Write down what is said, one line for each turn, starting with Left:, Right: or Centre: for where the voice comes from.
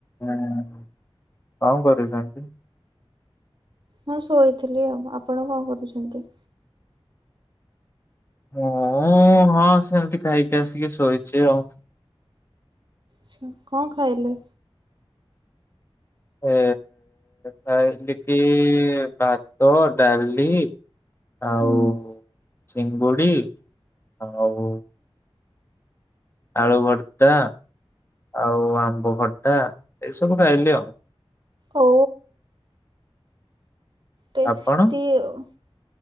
Left: ହୁଁ କଣ କରୁଛନ୍ତି?
Right: ମୁଁ ଶୋଇଥିଲି ଆଉ ଆପଣ କଣ କରୁଛନ୍ତି?
Left: ମୁଁ ହଁ ସେମିତି ଖାଇକି ଆସିକି ଶୋଇଚି ଆଉ।
Right: ଚ୍ଛା କଣ ଖାଇଲେ?
Left: ଏ ଖାଇଲି କି ଭାତ ଡାଲି ଆଉ
Right: ହୁଁ।
Left: ଚିଙ୍ଗୁଡି ଆଉ ଆଳୁ ଭର୍ତ୍ତା ଆଉ ଆମ୍ବ ଖଟା ଏଇସବୁ ଖାଇଲି ଆଉ।
Right: ଓ ଟେଷ୍ଟି
Left: ଆପଣ?
Right: ଆଉ।